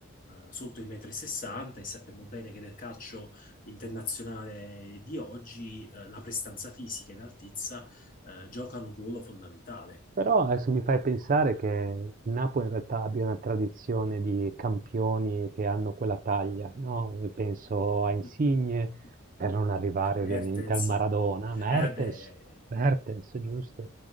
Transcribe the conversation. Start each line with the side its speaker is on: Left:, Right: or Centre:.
Left: sotto il 1,60 m e sappiamo bene che nel calcio internazionale di oggi eh, la prestanza fisica e l'altezza eh, giocano un ruolo fondamentale.
Right: Però adesso mi fai pensare che il Napoli in realtà abbia una tradizione di campioni che hanno quella taglia, no? Penso a Insigne,
Left: <laughs>
Right: per non arrivare ovviamente
Left: Mertens,
Right: al Maradona, Mertens,
Left: eh beh,
Right: Mertens, giusto?